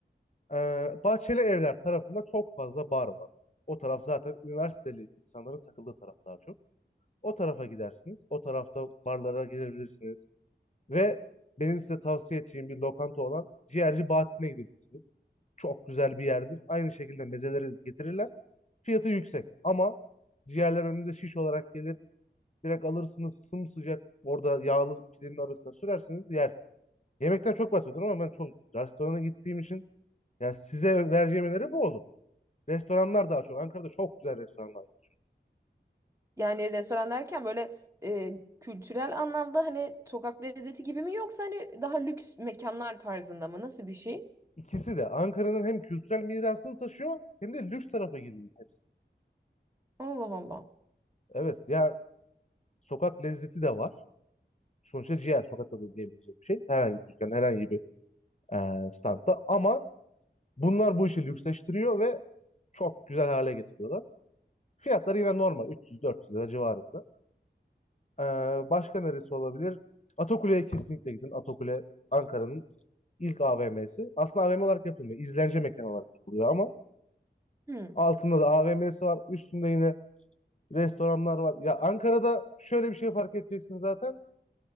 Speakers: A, on the left; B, on the right.
A: Ee, Bahçeli Evler tarafında çok fazla bar var. O taraf zaten üniversiteli insanların takıldığı taraf daha çok. O tarafa gidersiniz. O tarafta barlara girebilirsiniz. Ve benim size tavsiye edeceğim bir lokanta olan Ciğerci Bahattin'e gidebilirsiniz. Çok güzel bir yerdir. Aynı şekilde mezeleri getirirler. Fiyatı yüksek ama ciğerler önünüze şiş olarak gelir. Direkt alırsınız sımsıcak orada yağlı pidenin arasına sürersiniz yersiniz. Yemekten çok bahsediyorum ama ben çok restorana gittiğim için yani size vereceğim öneri bu olur. Restoranlar daha çok. Ankara'da çok güzel restoranlar var.
B: Yani restoran derken böyle e, kültürel anlamda hani sokak lezzeti gibi mi yoksa hani daha lüks mekanlar tarzında mı? Nasıl bir şey?
A: İkisi de Ankara'nın hem kültürel mirasını taşıyor hem de lüks tarafa giriyor hepsi.
B: Allah Allah.
A: Evet ya sokak lezzeti de var. Sonuçta ciğer sokakta da diyebileceğim bir şey. Herhangi bir dükkan, herhangi bir eee standta. Ama bunlar bu işi lüksleştiriyor ve çok güzel hale getiriyorlar. Fiyatları yine normal 300-400 lira civarında. Eee, başka neresi olabilir? Atakule'ye kesinlikle gidin. Atakule Ankara'nın ilk AVM'si. Aslında AVM olarak yapılmıyor. İzlence mekanı olarak yapılıyor ama
B: Hmm.
A: altında da AVM'si var. Üstünde yine Restoranlar var. Ya Ankara'da şöyle bir şey fark edeceksin zaten.